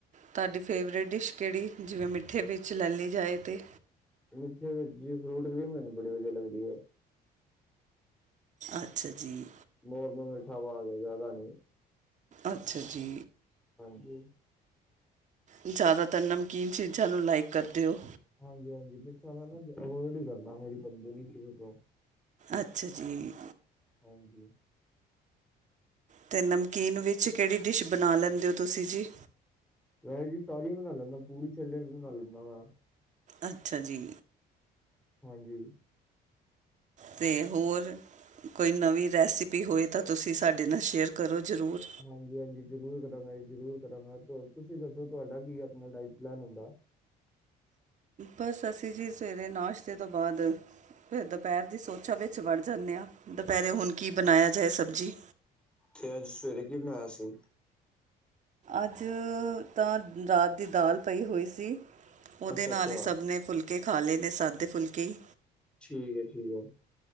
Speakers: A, on the right (about 45°); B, in the centre.
A: ਤਾਡੀ ਫੇਵਰੇਟ ਡਿਸ਼ ਕੇੜੀ ਜਿਵੇਂ ਮਿੱਠੇ ਵਿੱਚ ਲੈ ਲਈ ਜਾਏ ਤੇ
B: ਮਿੱਠੇ ਵਿੱਚ ਜੀ ਫਰੂਟ ਕਰੀ ਮੈਨੂੰ ਬੜੀ ਵਦੀਆ ਲੱਗਦੀ ਐ।
A: ਅੱਛਾ ਜੀ।
B: ਨੋਰਮਲ ਮਿੱਠਾ ਪਾ ਕੇ ਜ਼ਾਦਾ ਨੀ
A: ਅੱਛਾ ਜੀ,
B: ਹਾਂਜੀ।
A: ਜ਼ਾਦਾਤਰ ਨਮਕੀਨ ਚੀਜ਼ਾਂ ਨੂੰ ਲਾਈਕ ਕਰਦੇ ਓਂ।
B: ਹਾਂਜੀ-ਹਾਂਜੀ ਮਿੱਠਾ ਮੈਂ ਨਾ ਅਵੋਇਡ ਈ ਕਰਨਾ ਮੇਰੀ ਬਨਦੀ ਨੀ ਕਿਵੇ ਕਿਓਂ
A: ਅੱਛਾ ਜੀ,
B: ਹਾਂਜੀ,
A: ਤੇ ਨਮਕੀਨ ਵਿੱਚ ਕੇੜੀ ਡਿਸ਼ ਬਣਾ ਲੈਂਦੇ ਓਂ ਤੁਸੀਂ ਜੀ।
B: ਮੈਂ ਜੀ ਸਾਰੀਆਂ ਬਨਾ ਲੈਂਨਾ ਪੂੜੀ ਛੋਲੇ ਵੀ ਬਨਾ ਲੈਂਨਾ ਮੈਂ।
A: ਅੱਛਾ ਜੀ।
B: ਹਾਂਜੀ।
A: ਤੇ ਹੋਰ ਕੋਈ ਨਵੀਂ ਰੈਸਪੀ ਹੋਏ ਤਾਂ ਤੁਸੀਂ ਸਾਡੇ ਨਾਲ ਸ਼ੇਅਰ ਕਰੋ ਜ਼ਰੂਰ।
B: ਹਾਂਜੀ-ਹਾਂਜੀ ਜ਼ਰੂਰ ਕਰਾਂਗਾ ਜੀ ਜ਼ਰੂਰ ਕਰਾਂਗਾ ਤੁਸੀਂ ਦੱਸੋ ਤੁਆਡਾ ਕੀ ਆਪਨਾ ਡਾਇਟ ਪਲੈਨ ਹੁੰਦਾ।
A: ਬਸ ਅਸੀਂ ਜੀ ਸਵੇਰੇ ਨਾਸ਼ਤੇ ਤੋਂ ਬਾਦ ਫਿਰ ਦੁਪੈਰ ਦੀ ਸੋਚਾਂ ਵਿੱਚ ਵੜ ਜਾਂਦੇ ਆਂ ਦੁਪੈਰੇ ਹੁਨ ਕੀ ਬਨਏਆ ਜਾਏ ਸਬਜ਼ੀ।
B: ਤੇ ਅੱਜ ਸਵੇਰੇ ਕੀ ਬਨਾਏਆ ਸੀ।
A: ਅੱਜ ਤਾਂ ਰਾਤ ਦੀ ਦਾਲ ਪਈ ਹੋਈ ਸੀ। ਓਦੇ
B: ਅੱਛਾ-ਅੱਛਾ
A: ਨਾਲ ਈ ਸਭ ਨੇ ਫੁਲਕੇ ਖਾ ਲਏ ਨੇ ਸਾਦੇ ਫੁਲਕੇ ਈ।
B: ਠੀਕ ਐ-ਠੀਕ ਐ।